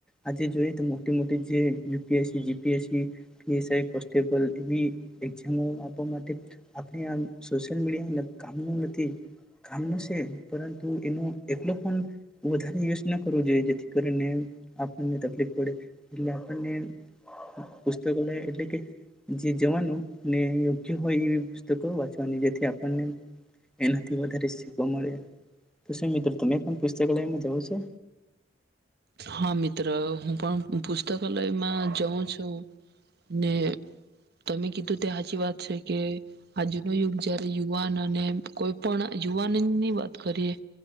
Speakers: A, in the centre; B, on the right.
A: આજે જોઈએ તો મોટી-મોટી જે U P S C, G P S C, P S I, constable એવી એક્ઝામો આપવા માટે આપણે આ સોશિયલ મીડિયા ન કામનું નથી, કામનું સે પરંતુ એનો એટલો પણ વધારે યુઝ ન કરવો જોઈએ જેથી કરીને આપણને તકલીફ પડે, એટલે આપણને પુસ્તકો ને એટલે કે જે જવાનું ને યોગ્ય હોય એવી પુસ્તકો વાંચવાની, જેથી આપણને એનાથી વધારે શીખવા મળે. તો શું મિત્ર તમે પણ પુસ્તકાલયમાં જાવ છો?
B: હા મિત્ર હું પણ પુસ્તકાલયમાં જઉં છું ને તમે કીધું તે હાચી વાત છે કે આજનો યુગ જયારે યુવાન અને કોઈ પણ યુવાનની વાત કરીએ